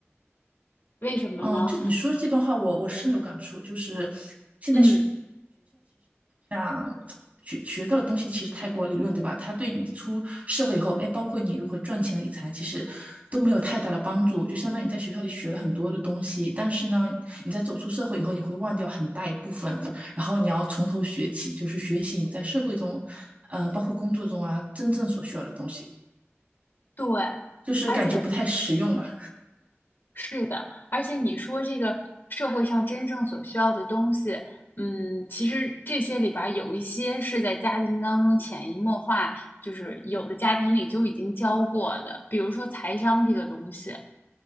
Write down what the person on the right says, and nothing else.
嗯，这你说这段话我我深有感触，就是现在。
学。像学学到的东西其实太过理论，对吧？它对你出社会以后，哎，包括你如何赚钱理财，其实都没有太大的帮助。就相当于你在学校里学了很多的东西，但是呢，你在走出社会以后，你会忘掉很大一部分，然后你要从头学起，就是学习你在社会中，呃，包括工作中啊，真正所需要的东西，
就是感觉不太实用吧？